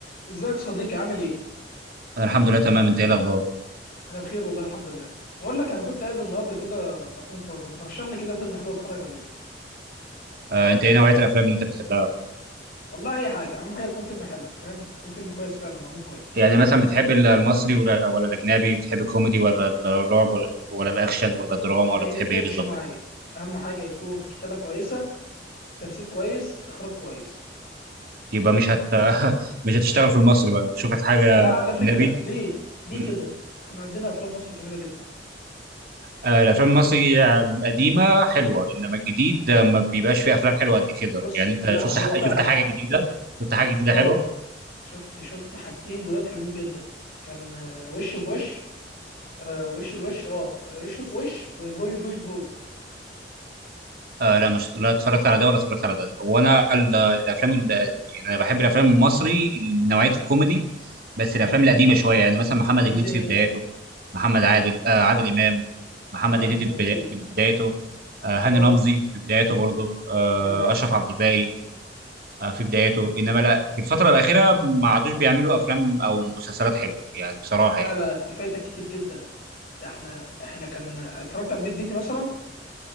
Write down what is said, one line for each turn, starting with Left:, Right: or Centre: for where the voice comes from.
Left: ازيك يا صديقي عامل ايه؟
Right: انا الحمد لله تمام انت ايه الاخبار
Left: انا بخير والله الحمد لله. بقول لك انا كنت قاعد النهارده كده ساعتين فاضي، ما ترشح لي كده فيلم حلو اتفرج عليه.
Right: آه، انت ايه نوعيه الافلام اللي انت بتحبها
Left: والله اي حاجه، اهم حاجه يكون فيلم حلو، فاهم؟ يكون فيلم كويس فعلا معمول كويس.
Right: يعني مثلا بتحب ال- المصري ولا آه، ولا الاجنبي بتحب الكوميدي ولا ال- الرعب ولا, ولا الاكشن ولا الدراما
Left: ما
Right: ولا
Left: يفرقش
Right: بتحب ايه بالظبط
Left: معايا. اهم حاجه يكون كتابه كويسه، تمثيل كويس، اخراج كويس.
Right: يبقى مش هت <laughs> مش هتشتغل في المصري بقى تشوف لك حاجه
Left: لا على فكره
Right: اجنبي
Left: ليه؟ ليه
Right: مم.
Left: كده؟ احنا عندنا افلام مصر جميله جدا.
Right: آه، الافلام المصري القديمه حلوه انما الجديد آه، ما بيبقاش فيه افلام حلوه قد كده
Left: بص
Right: يعني انت
Left: لا
Right: شفت بص
Left: هو
Right: ح-
Left: فعلا
Right: شفت حاجه جديده شفت حاجه جديده
Left: اه
Right: حلوه
Left: شفت شفت حاجتين جداد حلوين جدا. كان آه، وش بوش آه، وش الوش اه وش في وش وفوي فوي فوي
Right: آه لا مش لا اتفرجت على ده ولا اتفرجت على ده هو انا ال- الافلام ال- يعني انا بحب الافلام المصري من نوعيه الكوميدي بس الافلام القديمه شويه يعني مثلا محمد
Left: اللي
Right: هنيدي
Left: زي ايه
Right: في بداياته محمد عادل آه عادل امام محمد
Left: اه عادل
Right: هنيدي
Left: امام
Right: في
Left: اكيد
Right: بدا- في بدايته آه هاني
Left: اه
Right: رمزي في بدايته برضه آه
Left: ايوه ايوه
Right: اشرف عبد الباقي آه في بدايته انما لا في الفتره الاخيره ما عادوش بيعملوا افلام او مسلسلات حلوه يعني بصراحه
Left: لا
Right: يعني
Left: لا لا، انت فايتك كتير جدا ده احنا احنا كان اتفرجت على البيت بيتي مثلا